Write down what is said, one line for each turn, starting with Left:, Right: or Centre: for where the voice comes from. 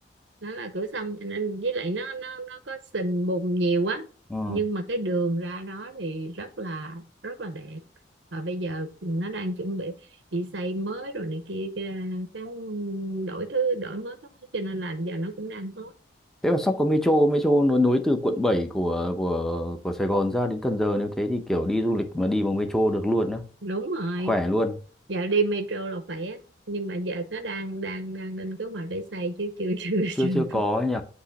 Right: đó là cửa sông cho nên với lại nó nó nó có sình bùn nhiều quá
Centre: ờ
Right: nhưng mà cái đường ra đó thì rất là rất là đẹp và bây giờ nó đang chuẩn bị bị xây mới rồi này kia cái, cái đổi thứ đổi mới cái- cho nên là giờ nó cũng đang hot
Centre: thế mà sắp có metro metro nó nối từ quận 7 của của của Sài Gòn ra đến Cần Giờ nếu thế thì kiểu đi du lịch mà đi bằng metro được luôn á
Right: đúng rồi
Centre: khỏe luôn
Right: giờ đi metro là khỏe nhưng mà giờ nó đang đang đang lên kế hoạch để xây chứ chưa <laughs> chưa chưa
Centre: chưa chưa có
Right: có
Centre: ấy nhỉ